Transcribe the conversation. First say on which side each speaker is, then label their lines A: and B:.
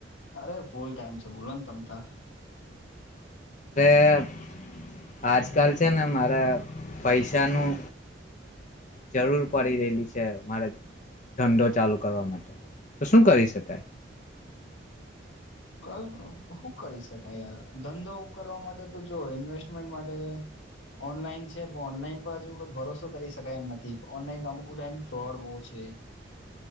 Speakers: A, on the left (about 80°); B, on the left (about 40°).
A: અરે ફૂલ ટાઈમ છે બોલો ને તમ તો
B: અ આજકાલ છે ને મારે પૈસાનું જરૂર પડી રહેલી છે મારે ધંધો ચાલુ કરવા માટે તો શું કરી શકાય?
A: શું કરી શકાય યાર ધંધો કરવા માટે તો જો ઇન્વેસ્ટમેન્ટ માટે ઓનલાઈન છે પણ ઓનલાઈન પર હજુઈ ભરોસો કરી શકાય એમ નથી ઓનલાઈન અમુક ટાઈમ ફ્રોડ બહુ છે